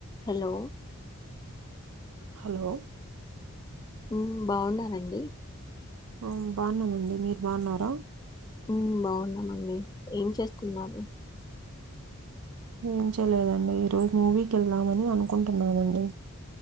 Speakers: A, on the left (about 15°); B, on the right (about 80°).
A: Hello
B: hello
A: ఉమ్ బాగున్నారండి?
B: ఉమ్ బాగున్నామండి, మీరు బాగున్నారా?
A: ఉమ్ బాగున్నామండి, ఏం చేస్తున్నారు?
B: ఏం చేయలేదండి, ఈ రోజు మూవీకి ఎళ్దామని అనుకుంటున్నానండి.